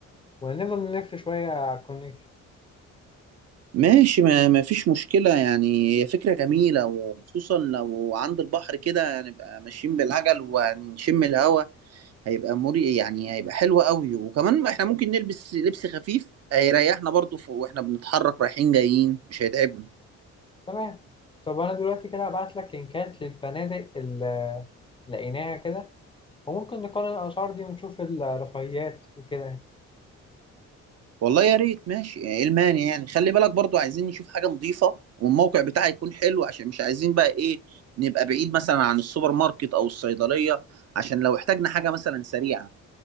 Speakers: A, on the left; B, on the right.
A: ونفضل نلف شوية على الكورنيش
B: ماشي ما ما فيش مشكلة يعني هي فكرة جميلة وخصوصا لو عند البحر كده هنبقى ماشيين بالعجل وهنشم الهوا هيبقى مري يعني هيبقى حلو قوي وكمان احنا ممكن نلبس لبس خفيف هيريحنا برضو ف- واحنا بنتحرك رايحين جايين مش هيتعبنا
A: تمام طب انا دلوقتي كده هبعت لك لينكات للفنادق اللي لقيناها كده وممكن نقارن الاسعار دي ونشوف الرفاهيات وكده
B: والله يا ريت ماشي ايه المانع يعني خلي بالك برضو عايزين نشوف حاجة نظيفة والموقع بتاعي يكون حلو عشان مش عايزين بقى ايه نبقى بعيد مثلا عن السوبر ماركت او الصيدلية عشان لو احتاجنا حاجة مثلا سريعة